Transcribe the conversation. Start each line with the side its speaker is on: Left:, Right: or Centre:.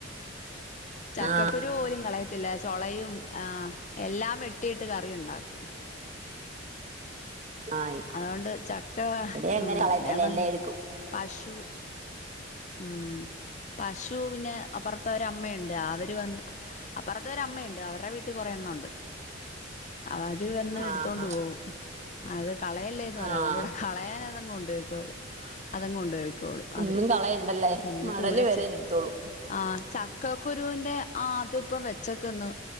Left: ചക്കക്കുരു
Right: ആ
Left: പോലും കളയത്തില്ല ചോളയും ആ എല്ലാം വെട്ടിയിട്ട് കറി ഉണ്ടാക്കും
Right: ആ
Left: അതുകൊണ്ട് ചക്ക
Right: ഇവിടെ
Left: ആ
Right: അങ്ങനെ കളയത്തില്ല
Left: പിന്നെ
Right: എല്ലാം എടുക്കും
Left: പശു ഉം പശു പിന്നെപ്പറത്തവര അമ്മയുണ്ട് അവര് വന്ന് അപ്പുറത്തെ ഒരമ്മയുണ്ട് അവരുടെ വീട്ടിൽ കൊറെ എണ്ണ ഉണ്ട് അവര് വന്ന് എടുത്തോണ്ട്
Right: ആഹാ ആഹ്
Left: പോവും അത് കളയല്ലേന്ന് പറയും
Right: ആഹ്
Left: അതുകൊണ്ട് ഇവിടെ കളയൻ കൊണ്ട് വയ്ക്കുള്ളു അതങ് കൊണ്ട്പോക്കുള്ളൂ
Right: ഒന്നും
Left: അവര്
Right: കളയണ്ടല്ലേ
Left: പിന്നെ
Right: മടല്
Left: കൂടെച്ചെ
Right: വരെ എടുത്തോളൂ
Left: ആ ചക്കക്കുരുവി്ന്റെ ആ അതിപ്പം വെച്ചക്കന്ന്